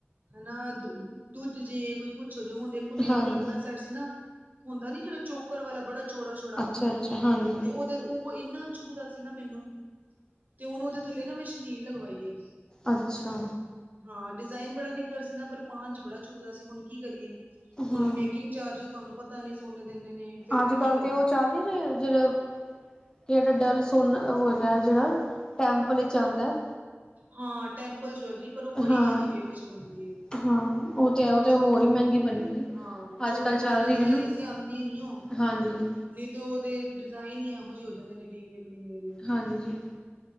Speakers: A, on the right; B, on the left.
A: ਹਨਾ ਟੁੱਟ ਜੇ, ਕੋਈ ਕੁਛੋ ਜੇ ਹੁਣ ਦੇਖੋ, ਮੇਰੇ
B: ਹਾਂਜੀ।
A: ਕੋਲ ਆਪਣਾ ਸੈਟ ਸੀ ਨਾ। ਹੁੰਦਾ ਨੀ ਜਿਹੜਾ ਚੋਕਰ ਵਾਲਾ, ਬੜਾ ਚੌੜਾ ਚੌੜਾ
B: ਅੱਛਾ-ਅੱਛਾ ਹਾਂਜੀ,
A: ਤੇ ਉਹਦੇ ਉਹ ਇੰਨਾ ਚੁਬਦਾ ਸੀ ਨਾ ਮੈਨੂੰ। ਤੇ ਉਹਨੂੰ ਉਹਦੇ ਥੱਲੇ ਨਾ ਮੈਂ ਸ਼ਨੀਲ ਲਗਵਾਈ।
B: ਅੱਛਾ।
A: ਹਾਂ ਡਿਜ਼ਾਇਨ ਬੜਾ ਨਿੱਘਰ ਸੀ ਨਾ ਪਰ ਪਾਨ ਚ ਬੜਾ ਚੁਬਦਾ ਸੀ ਹੁਣ ਕੀ ਕਰੀਏ। ਹੁਣ
B: ਹਾਂ।
A: ਮੇਕਿੰਗ ਚਾਰਜ ਤੁਹਾਨੂੰ ਪਤਾ ਨੀ ਸੋਨੇ ਦੇ ਅਨੇ ਨੇ। ਫੇਰ ਮੈਂ
B: ਅੱਜ
A: ਕੀ
B: ਕੱਲ
A: ਕਰਾਵਾਂ।
B: ਤੇ ਉਹ ਚੱਲ ਨੀ ਰਹੇ। ਜਿਹੜਾ, ਕਿੜਾ ਡਲ ਸੋਨ ਉਹ ਹੈਗਾ। ਜਿਹੜਾ ਟੈਂਪਲ ਵਿੱਚ ਆਉਂਦਾ ਹੈ।
A: ਹਾਂ ਟੈਂਪਲ ਜੂਲਰੀ ਪਰ ਉਹ ਬੜੀ
B: ਹਾਂ
A: ਹੈਵੀ ਵੇਟ ਚ ਬਣਦੀ ਏ ਅੱਛਾ।
B: ਹਾਂ ਉਹ ਤੇ ਹੈ ਉਹ ਤੇ ਹੋਰ ਹੀ ਮਹਿੰਗੀ ਬਣੇਗੀ
A: ਹਾ ਉਹ
B: ਅੱਜ
A: ਛੋਟੇ
B: ਕੱਲ੍ਹ ਚੱਲ
A: ਮੋਟੇ ਡਿਜਾਇਨ
B: ਰਹੀ ਹੈ ਨਾ
A: ਐਸੇ ਆਉਂਦੀ ਨੀ ਓਹ
B: ਹਾਂਜੀ
A: ਨਹੀਂ ਤੇ, ਉਹਦੇ ਡਿਜ਼ਾਇਨ ਹੀ ਇਹੋ ਜਿਹੇ ਹੋ ਜਾਂਦੇ ਨੇ ਡਿਗੇ ਪੜਿੰਗੇ ਜ
B: ਹਾਂਜੀ